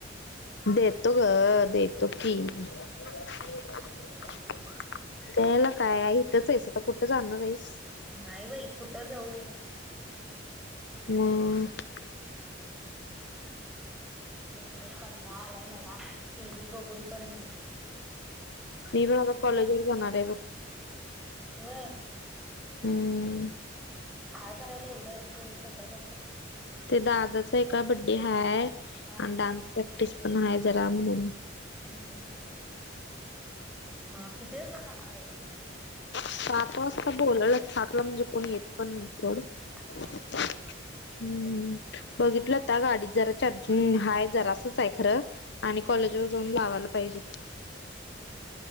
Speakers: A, on the left; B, in the centre.
A: देतो ग.. देतो की. <unintelligible>
B: दे बाई दे.
A: देईल काय इथंच आहेस आता कुठं जाणार आहेस?
B: नाही बाई कुठं जाऊ.
A: मग.
B: अभ्यासाला कंटाळ आलाय मला टी व्ही बघून पण.
A: मी पण आता कॉलेजर जाणार आहे बघ.
B: होय.
A: हम्म.
B: काय करायला एवढं येतंय संध्याकाळचं?
A: ते दादाचा एका बर्थडे हाय.
B: हा.
A: आणि डान्स प्रॅक्टिस पण आहे जरा बघू.
B: हम्म हम्म हम्म हम्म. मग किती वाजता जाणार आहेस?
A: सात वाजता बोलवल. सातला म्हणजे कोण येत पण नाही एवढं.
B: हम्म.
A: हम्म बघितल आता गाडीत जरा चार्जिंग हाय जरासंच आहे खरं. आणि कॉलेज वर जाऊन लावायला पाहिजेत.